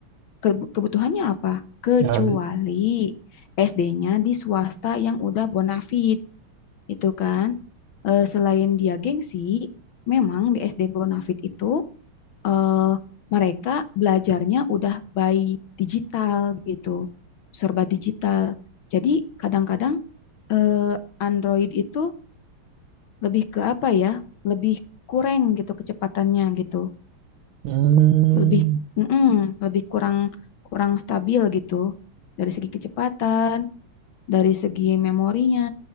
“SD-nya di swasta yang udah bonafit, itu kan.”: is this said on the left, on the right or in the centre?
Left